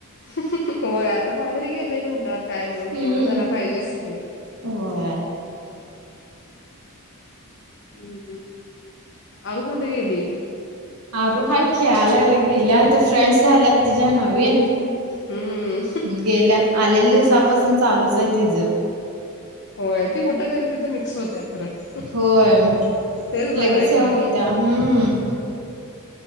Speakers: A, on the left; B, on the right.
A: ह्ह्ह्हह्ह होय आता बाहेर गेलंय म्हंटल्यावर काय मग
B: हम्म.
A: तेवढं झारा पाहिजेच की
B: होय
A: हम् अरु कुठे गेली
B: अर हा खेळायलाला गेल्याथ फ्रेंड्स झाल्यात तिच्या नवीन
A: हम्म
B: गेल्या आलेल्या दिवसापासून चालूच तीज
A: होय त कुठं जाईल तिथं मिक्स होत खरं तेच
B: होय
A: बरं
B: लगेच
A: आहे
B: हे
A: खरं
B: होत्या हम्म